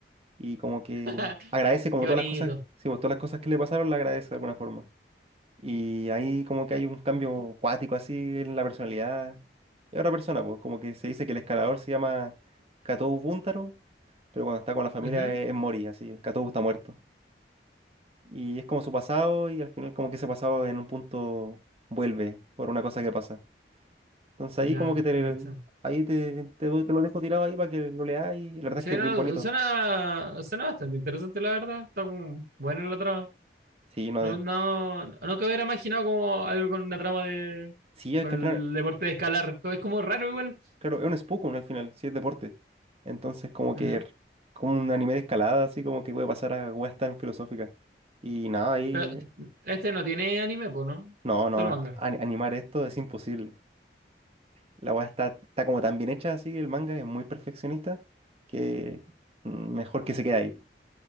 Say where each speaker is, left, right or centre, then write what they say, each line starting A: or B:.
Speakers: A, on the right (about 35°); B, on the right (about 55°).
A: y como que
B: <laughs>
A: agradece como
B: Qué
A: todas
B: bonito.
A: las cosas, sí, pues, todas las cosas que le pasaron, la agradece de alguna forma. Y ahí como que hay un cambio cuático así en la personalidad. Y otra persona, pues, como que se dice que el escalador se llama Katou Buntaro, pero cuando está con la familia
B: Ujú,
A: es, es Mori, así, Katou está muerto. Y es como su pasado y al final como que ese pasado en un punto vuelve por una cosa que pasa. Entonces ahí
B: Ya,
A: como que te,
B: te cacho.
A: ahí te, te, doy- te lo dejo tirado ahí para que lo leas y la verdad
B: Sí,
A: es que es
B: no,
A: bien bonito.
B: suena, suena bastante interesante, la verdad. Está como buena la trama.
A: Sí, no,
B: No,
A: de-
B: no, no que hubiera imaginado como algo con una trama de,
A: sí, es
B: con
A: que al final,
B: el deporte de escalar. Co- Es como raro igual.
A: claro, es un Spokon al final, sí es deporte. Entonces como
B: Ujú.
A: que r- como un anime de escalada, así como que puede pasar a weas tan filosóficas. Y nada, ahí,
B: Pero t- este no tiene anime, pues, ¿no?
A: no, no,
B: Solo manga.
A: a- animar esto es imposible. La wea está, está como tan bien hecha así, el manga es muy perfeccionista que mm, mejor que se quede ahí.